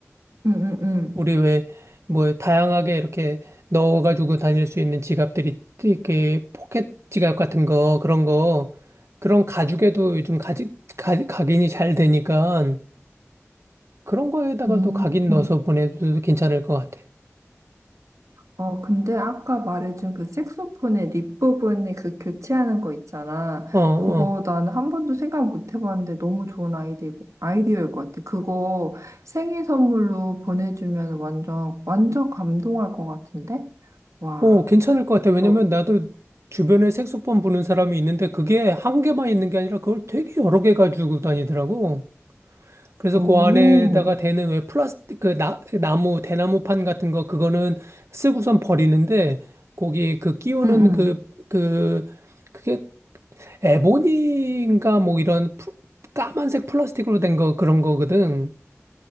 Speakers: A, on the right; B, on the right.
A: 응, 응, 응.
B: 우리 왜, 뭐, 다양하게 이렇게 넣어가지고 다닐 수 있는 지갑들이, 이렇게 포켓 지갑 같은 거, 그런 거, 그런 가죽에도 요즘 가지, 가, 각인이 잘 되니까, 그런 거에다가도
A: 음.
B: 각인 넣어서 보내도 괜찮을 것 같아.
A: 어, 근데 아까 말해준 그 색소폰의 립 부분이 그 교체하는 거 있잖아.
B: 어, 어.
A: 그거 난 한 번도 생각 못 해봤는데 너무 좋은 아이디어, 아이디어일 것 같아. 그거 생일 선물로 보내주면 완전, 완전 감동할 것 같은데? 와,
B: 어, 괜찮을 것 같아. 왜냐면
A: 너,
B: 나도 주변에 색소폰 부는 사람이 있는데, 그게 한 개만 있는 게 아니라 그걸 되게 여러 개 가지고 다니더라고. 그래서
A: 오,
B: 그 안에다가 대는 왜 플라스틱 그 나, 나무 대나무판 같은 거 그거는 쓰고선 버리는데 거기 그 끼우는
A: 응,
B: 그
A: 응,
B: 그 그게 에보니인가 뭐 이런 푸- 까만색 플라스틱으로 된 거 그런 거거든.